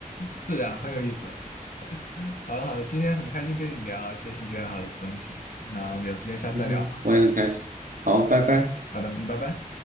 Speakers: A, on the left (about 75°); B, on the right (about 70°).
A: 是这样，很有意思。好的好的，今天很开心跟你聊一些兴趣爱好的东西，那我们有时间下次再聊吧
B: 嗯哼，我也很开心。好，拜拜。
A: 好的，嗯拜拜。